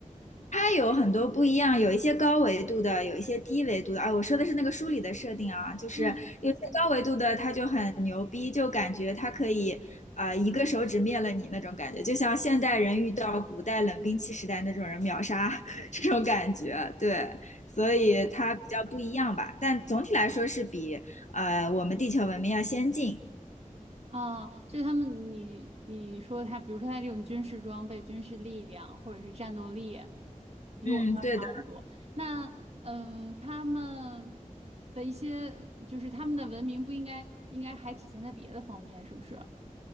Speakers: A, on the left (about 60°); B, on the right (about 50°).
A: 它有很多不一样，有一些高维度的，有一些低维度的啊。我说的是那个书里的设定啊，就是有些高维度的，
B: 嗯，
A: 它就很牛逼，就感觉它可以啊、一个手指灭了你那种感觉，就像现代人遇到古代冷兵器时代那种人秒杀 <laughs> 这种感觉。对，所以它比较不一样吧，
B: 哦
A: 但总体来说是比呃我们地球文明要先进。
B: 啊，就他们你你说他，比如说他这种军事装备、军事力量或者是战斗力，比我们要强很多。
A: 嗯，对的。
B: 那嗯，他们的一些就是他们的文明不应该应该还体现在别的方面，是不是？